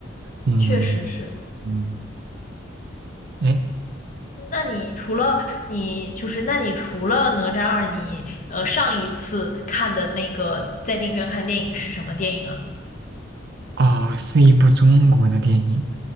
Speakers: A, on the left; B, on the right.
A: <laughs>
B: 嗯
A: 确实是。
B: 嗯，哎，
A: 那你除了你就是，那你除了哪吒二，你呃上一次看的那个在电影院看电影是什么电影啊？
B: 哦，是一部中国的电影，